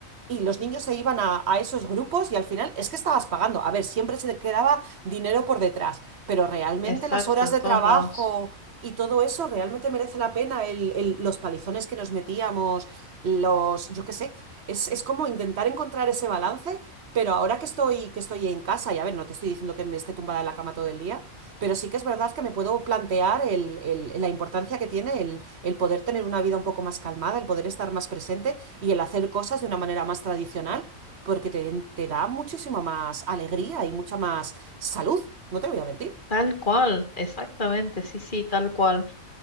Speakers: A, on the right; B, on the left.
A: y los niños se iban a, a esos grupos y al final es que estabas pagando. A ver, siempre se te quedaba dinero por detrás, pero realmente
B: Exacto,
A: las horas
B: en
A: de
B: todos
A: trabajo
B: lados.
A: y todo eso realmente merece la pena el, el- los palizones que nos metíamos, los, yo qué sé, es, es como intentar encontrar ese balance, pero ahora que estoy, que estoy en casa, y a ver, no te estoy diciendo que me esté tumbada en la cama todo el día, pero sí que es verdad que me puedo plantear el- el- la importancia que tiene el, el poder tener una vida un poco más calmada, el poder estar más presente y el hacer cosas de una manera más tradicional, porque te, te da muchísima más alegría y mucha más salud, no te voy a mentir.
B: Tal cual, exactamente, sí, sí, tal cual.